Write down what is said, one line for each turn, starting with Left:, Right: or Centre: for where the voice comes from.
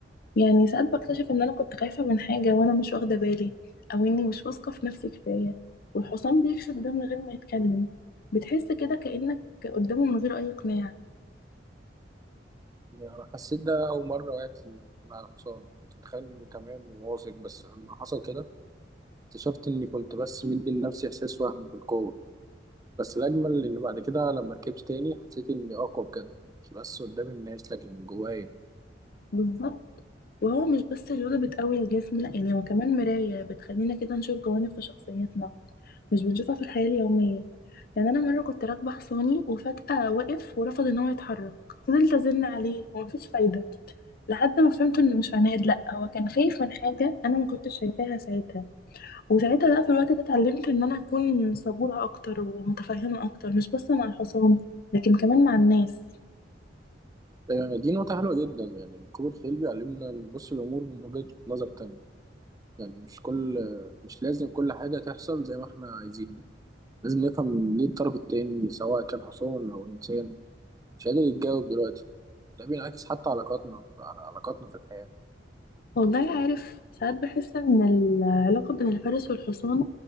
Left: يعني ساعات بكتشف ان انا كنت خايفة من حاجة وانا مش واخدة بالي او اني مش واثقة في نفسي كفاية والحصان بيكشف ده من غير ما يتكلم بتحس كده كأنك قدامه من غير اي اقناع
Right: يعني أنا حسيت ده أول مرة وقعت مع الحصان كنت متخيل إني تمام وواثق بس لما حصل كده اكتشفت إني كنت بس مدي لنفسي إحساس وهم بالقوة بس الأجمل إن بعد كده لما ركبت تاني حسيت إني أقوى بجد مش بس قدام الناس لكن جوايا
Left: بالظبط وهو مش بس رياضة بتقوي الجسم لا يعني هو كمان مراية بتخلينا كده نشوف جوانب في شخصيتنا مش بنشوفها في الحياة اليومية يعني أنا مرة كنت راكبة حصاني وفجأة وقف ورفض إن هو يتحرك فضلت أزن عليه ومفيش فايدة لحد ما فهمت إنه مش عناد لأ هو كان خايف من حاجة أنا ما كنتش شايفاها ساعتها وساعتها بقى في الوقت ده اتعلمت ان انا اكون صبورة اكتر ومتفهمة اكتر مش بس مع الحصان لكن كمان مع الناس
Right: آه، دي نقطة حلوة جدا يعني ركوب الخيل بيعلمنا نبص الأمور من وجهة نظر تانية يعني مش كل مش لازم كل حاجة تحصل زي ما إحنا عايزين لازم نفهم ليه الطرف التاني سواء كان حصان أو إنسان مش قادر يتجاوب دلوقتي ده بينعكس حتى علاقاتنا على علاقاتنا في الحياة
Left: والله عارف ساعات بحس ان العلاقة بين الفارس والحصان